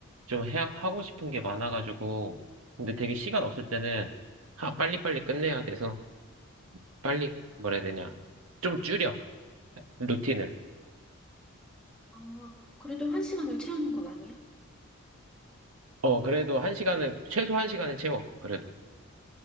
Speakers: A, on the right (about 75°); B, in the centre.
A: 좀 해, 하고 싶은 게 많아가지고, 근데 되게 시간 없을 때는, 하, 빨리빨리 끝내야 돼서, 빨리, 뭐라 해야 되냐. 좀 줄여, 루틴을.
B: 아, 그래도 한 시간을 채우는 건 아니야?
A: 어, 그래도 한 시간은, 최소 한 시간은 채워, 그래도.